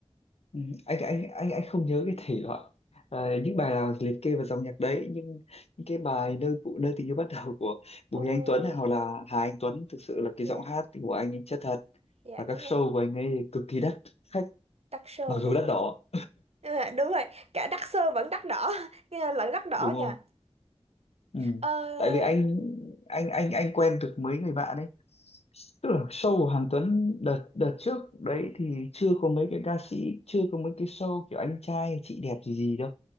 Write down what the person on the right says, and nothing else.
Ôi
dạ
dạ
đúng
rồi
tắc sơ
đúng
rồi
À, đúng rồi cả đắt xơ vẫn đắt đỏ <laughs> nghe lẫn đắt đỏ
nha
ờ